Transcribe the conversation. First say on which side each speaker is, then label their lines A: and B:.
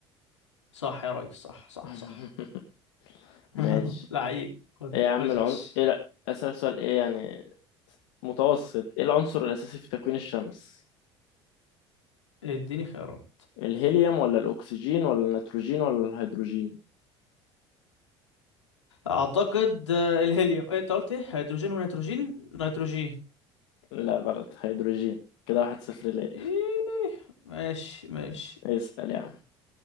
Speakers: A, on the left; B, on the left.
A: صح يا ريس صح صح
B: <laughs>
A: صح <laughs>
B: ماشي
A: لعيب خد
B: ايه يا عم
A: خش
B: العن... ايه لا اسألك سؤال ايه يعني متوسط ايه العنصر الأساسي في تكوين الشمس
A: اديني خيارات
B: الهيليوم ولا الأكسجين ولا النيتروجين ولا الهيدروجين
A: اعتقد آه، الهيليوم إيه، انت قلت ايه هيدروجين ونيتروجين نيتروجين
B: لا غلط هيدروجين كده واحد صفر ليا
A: ايه ماشي ماشي
B: اسأل يا عم